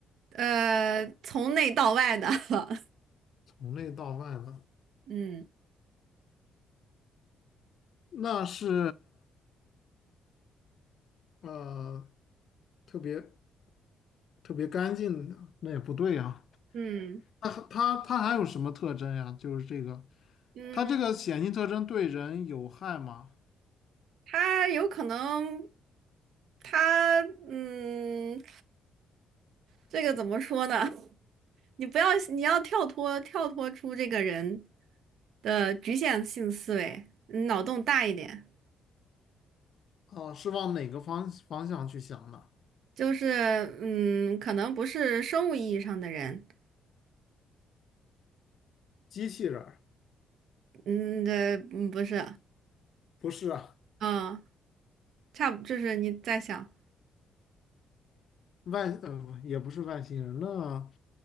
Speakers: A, on the right; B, on the left.
A: 呃，从内到外的，<laughs>
B: 从内到外的，
A: 嗯
B: 那是呃特别特别干净的，那也不对呀、
A: 嗯
B: 那他他还有什么特征呀？就是这个，
A: 嗯，
B: 他这个显性特征对人有害吗？
A: 他有可能，他嗯，这个怎么说呢？你不要，你要跳脱跳脱出这个人的局限性思维，嗯脑洞大一点，
B: 哦，是往哪个方方向去想的？
A: 就是嗯，可能不是生物意义上的人，
B: 机器人儿
A: 嗯，这嗯不是，
B: 不是啊，
A: 嗯，差不就是你在想，
B: 外呃也不是外星人，那